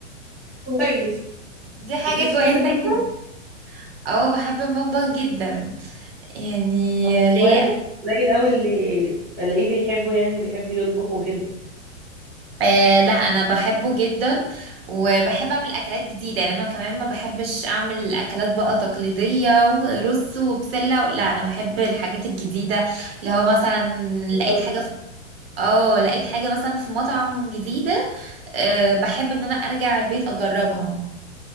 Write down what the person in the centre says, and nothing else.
كويس
بس انت
بتحبي المطبخ
طب
كويس قليل قوي اللي بلاقيه بيحبه يعني وبيحب يطبخ وكده
قوي